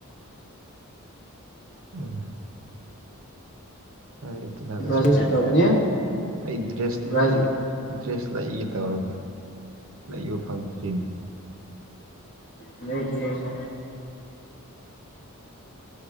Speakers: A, on the right; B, on the left.
A: ꯑꯝ ꯑꯦꯟꯇꯤꯅꯥꯒꯁꯄꯦꯟ
B: ꯕ꯭ꯔꯥꯖꯤꯜꯁꯨ ꯇꯧꯒꯅꯤ
A: ꯑꯩ ꯗ꯭ꯔꯦꯁ
B: ꯕ꯭ꯔꯥꯖꯤꯜ
A: ꯑꯩ ꯗ꯭ꯔꯦꯁ ꯂꯩꯒꯦ ꯇꯧꯔꯒ ꯂꯩꯕ ꯐꯪꯗ꯭ꯔꯤꯅꯤ
B: ꯎꯝ ꯂꯩꯇꯦꯁꯦ